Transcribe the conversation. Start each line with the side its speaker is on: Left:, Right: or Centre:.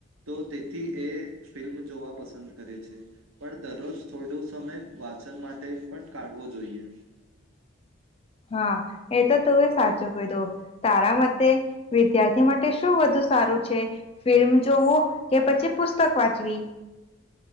Right: તો તેથી એ ફિલ્મ જોવા પસંદ કરે છે પણ દરરોજ થોડો સમય વાત શિજ્ઞણ માટે પણ કાઢવો જોઈએ
Left: <inaudible> હા એ તો તું એ સાચો કહીધો તારા મતે વિદ્યાર્થી માટે શું વધુ સારું છે ફિલ્મ જોવો કે પછી પુસ્તક વાંચવી